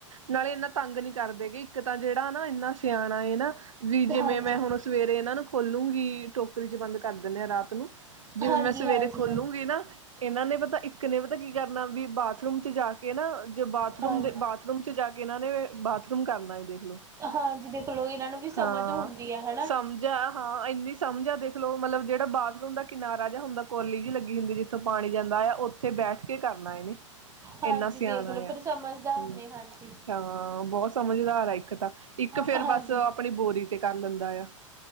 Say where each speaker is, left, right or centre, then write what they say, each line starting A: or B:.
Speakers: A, on the right; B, on the right.
A: ਨਾਲੇ ਇੰਨਾ ਤੰਗ ਨੀ ਕਰਦੇ, ਕਿ ਇੱਕ ਤਾਂ ਜਿਹੜਾ ਆ ਨਾ ਇੰਨਾ ਸਿਆਣਾ ਏ ਨਾ ਵੀ ਜਿਵੇਂ
B: ਹਾਂਜੀ
A: ਮੈਂ ਹੁਣ ਸਵੇਰੇ ਇਹਨਾਂ ਨੂੰ ਖੋਲੂਗੀਂ, ਟੋਕਰੀ 'ਚ ਬੰਦ ਕਰ ਦਿੰਨੇ ਆਾਂ ਰਾਤ ਨੂੰ ਜਿਵੇਂ
B: ਹਾਂਜੀ
A: ਮੈਂ ਸਵੇਰੇ
B: ਹਾਂਜੀ
A: ਖੋਲੂਗੀਂ
B: ਹਾਂ
A: ਨਾ, ਇਹਨਾਂ ਨੇ ਪਤਾ ਇੱਕ ਨੇ ਪਤਾ ਕੀ ਕਰਨਾ ਵੀ ਬਾਥਰੂਮ 'ਚ ਜਾ ਕੇ ਨਾ, 'ਜ ਬਾਥਰੂਮ
B: ਹਾਂਜੀ
A: ਦੇ ਬਾਥਰੂਮ 'ਚ ਜਾ ਕੇ, ਇਹਨਾਂ ਨੇ ਬਾਥਰੂਮ ਕਰਨਾ। ਦੇਖਲੋ,
B: ਹਾਂਜੀ ਦੇਖਲੋ ਇਹਨਾਂ ਨੂੰ ਵੀ ਸਮਝ
A: ਹਾਂ
B: ਹੁੰਦੀ ਹੈ ਹਨਾ
A: ਸਮ ਜਾਂ ਹਾਂ ਇੰਨੀ ਸਮਝ ਆ ਦੇਖਲੋ, ਮਤਲਬ ਜਿਹੜਾ ਬਾਥਰੂਮ ਦਾ ਕਿਨਾਰਾ ਜਾਂ ਹੁੰਦਾ ਕੋਲੀ 'ਜ ਲੱਗੀ ਹੁੰਦੀ ਜਿੱਥੇ ਜਥੋਂ ਪਾਣੀ ਜਾਂਦਾ ਆ, ਉੱਥੇ ਬੈਠ ਕੇ ਕਰਨਾ ਇਹਨੇ
B: ਹਾਂਜੀ
A: ਇੰਨਾ ਸਿਆਣਾ
B: ਦੇਖਲੋ ਫਿਰ
A: ਆ,
B: ਸਮਝਦਾਰ
A: ਹੂੰ,
B: ਨੇ ਹਾਂਜੀ
A: ਹਾਂ ਬਹੁਤ ਸਮਝਦਾਰ ਆ ਤਾਂ ਇੱਕ ਫੇਿਰ
B: ਹਾਂਜੀ
A: ਬਸ, ਆਪਣੀ ਬੋਰੀ ਤੇ ਕਰ ਲੈਂਦਾ ਆ।